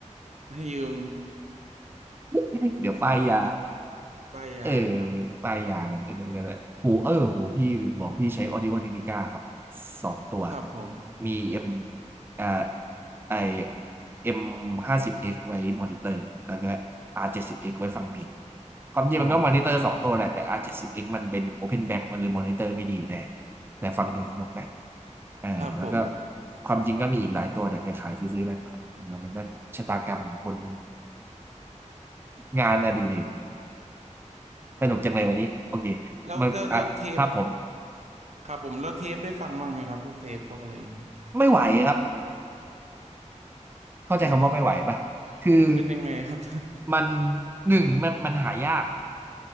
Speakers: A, on the right; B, on the right.
A: ให้ยืม
B: <laughs> เดี๋ยวป้ายยา
A: <laughs> ป้ายยานะครับ
B: เออปลายยางกันเออนัแหหูเออหูพี่ลืมบอกพี่ใช้ Audio Technica ครับสองตัว
A: ครับผม
B: มีเอ็มอ่าไอเอ็มห้าสิบเอ็กไว้มอนิเตอร์แล้วก็ R เจ็ดสิบเอ็กซ์ไว้ฟังเพลงความจริงมันก็มอนิเตอร์สองตัวแหละแต่
A: อ๋อครับ
B: R เจ็ดสิบเอ็กซ์มันเป็น Open Back มันเลยมอนิเตอร์ไม่ดีแต่แต่ฟังเพลงสนุกนะเออแล้วก็
A: ครับผม
B: ความจริงก็มีอีกหลายตัวแต่ขายๆซื้อๆแบบมันมันก็ชะตากรรมของคนงานอดิเรก สนุกจังเลยวันนี้โอเค
A: <laughs> แล้วแล้วแล้วเทป
B: มันอ่ะครับผม
A: ครับผมแล้วเทปได้ฟังบ้างไหมครับพวกเทปพวกอะไรอย่างเงี้ย
B: ไม่ไหวครับเข้าใจคำว่าไม่ไหวป่ะคือ
A: อืมมันเป็นยังไงครับ
B: มันหนึ่งมันมันหายาก